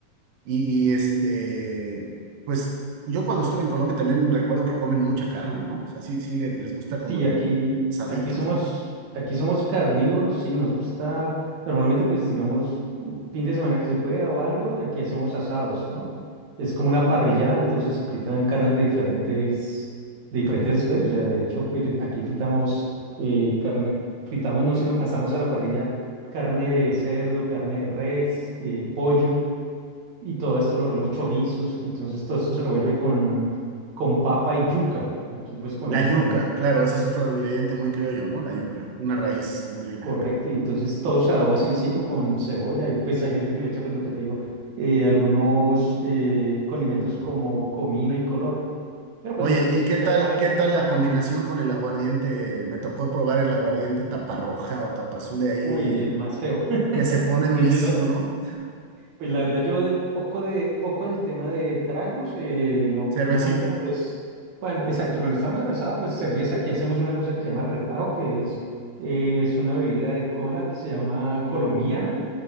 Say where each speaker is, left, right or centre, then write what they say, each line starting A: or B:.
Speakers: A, on the right (about 80°); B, on the right (about 55°).
A: Y, y este, pues yo cuando estuve en Colombia también recuerdo que comen mucha carne, ¿no? O sea, sí, sí les, les gusta como
B: Sí,
A: el,
B: aquí,
A: asaditos,
B: aquí somos,
A: ¿no?
B: aquí somos carnívoros, sí, nos gusta, normalmente pues digamos, un fin de semana que se pueda o algo, aquí hacemos asados, ¿no? Es como una parrillada, entonces se fritan carnes de diferentes, de diferentes especies, o sea, de hecho fri- aquí fritamos eh, carne, fritamos no, sino asamos a la parrilla carne de cerdo, carne de res, eh, pollo, y todo esto lo revolvemos, chorizos, entonces todo esto se revuelve con, con papa y yuca, aquí pues comemos
A: La yuca,
B: también
A: claro, ese es otro ingrediente muy criollo, ¿no? La yuca, una raíz muy rica.
B: Correcto,
A: acá.
B: y entonces todo se adoba sencillo con cebolla y pues hay gente que le echa pues lo que te digo, eh, algunos eh, condimentos como comino y color, pero pues
A: Oye,
B: a mí me gusta
A: ¿y qué
B: hacer
A: tal,
B: más,
A: qué tal la combinación con el aguardiente? Me tocó probar el aguardiente taparroja o tapazul de ahí,
B: uy,
A: eh,
B: el más feo. <laughs>
A: que se pone durísimo,
B: Pues yo no,
A: ¿no?
B: pues la verdad yo de poco de poco del tema de tragos, eh, no,
A: Cervecita,
B: normalmente cuando, es- cuando- exacto, cuando estamos en asado, pues cerveza, aquí hacemos una cosa que se llama refajo, que es, eh, es una bebida de cola que se llama colombiana